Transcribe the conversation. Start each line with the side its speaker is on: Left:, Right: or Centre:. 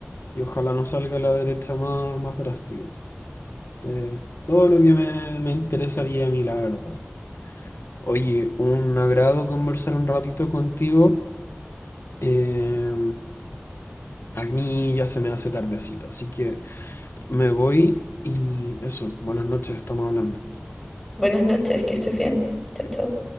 Left: Y ojalá no salga la derecha más, más drástica. Eh, todo lo que me, me interesaría a mí, la verdad. Oye, un agrado conversar un ratito contigo. Eh, a mí ya se me hace tardecito, así que... Me voy y eso, buenas noches, estamos hablando.
Centre: buenas noches, que estés bien. Chao, chao.